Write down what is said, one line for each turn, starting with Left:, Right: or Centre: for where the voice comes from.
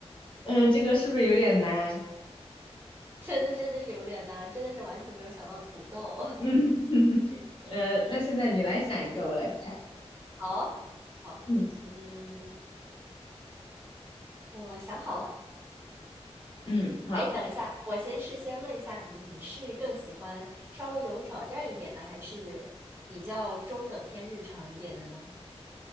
Left: 嗯、这个是不是有点难？
Right: <laughs> 真的真的是有点难，真的是完全没有想到土豆。
Left: 嗯，<laughs> 呃，那现在你来想一个，我来猜。
Right: <laughs> 好啊，好，
Left: 嗯
Right: 嗯，我想好了。
Left: 嗯，好，
Right: 哎，等一下，我先事先问一下你，你是更喜欢稍微有挑战一点的，还是比较中等偏日常一点的呢